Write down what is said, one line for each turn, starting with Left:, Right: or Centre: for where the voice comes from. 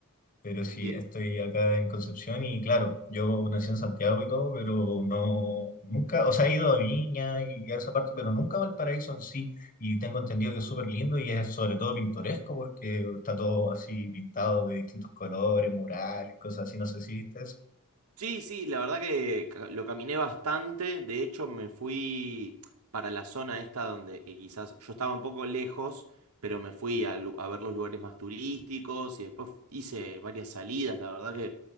Left: Pero sí,
Right: Entiendo.
Left: estoy acá en Concepción y claro, yo nací en Santiago y todo, pero no, nunca, o sea, he ido a Viña y a esa parte, pero nunca a Valparaíso en sí. Y tengo entendido que es súper lindo y es sobre todo pintoresco porque está todo así pintado de distintos colores, murales, cosas así. No sé si viste eso.
Right: Sí, sí, la verdad que ca- lo caminé bastante. De hecho, me fui para la zona esta donde que quizás yo estaba un poco lejos, pero me fui a, lu- a ver los lugares más turísticos y después hice varias salidas. La verdad que